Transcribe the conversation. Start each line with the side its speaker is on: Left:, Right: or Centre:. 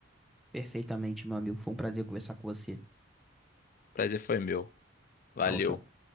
Centre: Perfeitamente, meu amigo. Foi um prazer conversar com você.
Left: Prazer foi meu. Valeu.
Centre: Tchau, tchau.